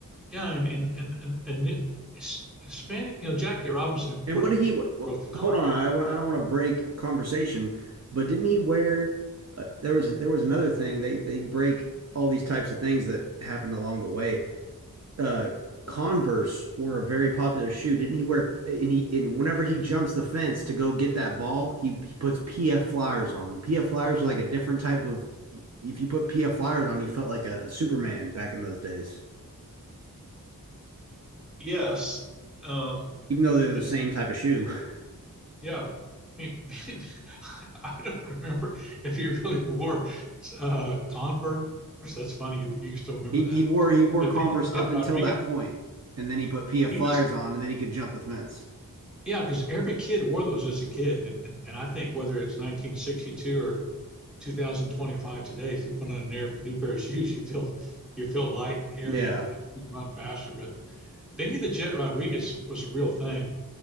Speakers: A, in the centre; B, on the right.
A: yeah, and and and and, and it- Hispanic, you know, Jackie Robinson, of
B: And
A: course,
B: what did he? wh-
A: broke
B: wh-
A: the color
B: hold on,
A: barrier.
B: I want. I don't want to break conversation, but didn't he wear? Uh, there was there was another thing. They they break all these types of things that happened along the way. Uh, Converse were a very popular shoe. Didn't he wear? And he and whenever he jumps the fence to go get that ball, he he puts PF Flyers on. PF Flyers were like a different type of. If you put PF Flyers on, you felt like a Superman back in those days.
A: Yes, um,
B: even though they're the
A: and
B: same type of shoe. <laughs>
A: yeah, I mean, <laughs> I don't remember if he really wore uh, Converse. That's funny. You, you still remember
B: He he
A: that,
B: wore he wore
A: but
B: Converse
A: Benny the
B: up
A: Jet
B: until
A: Rodriguez,
B: that point, and then he put PF
A: he
B: Flyers
A: was
B: on, and then he could jump the fence.
A: yeah, because every kid wore those as a kid, and and, and I think whether it's 1962 or 2025 today, if you put on a near, new pair of shoes, you feel you feel light and airy
B: Yeah,
A: and, and run faster. But Benny the Jet Rodriguez was a real thing,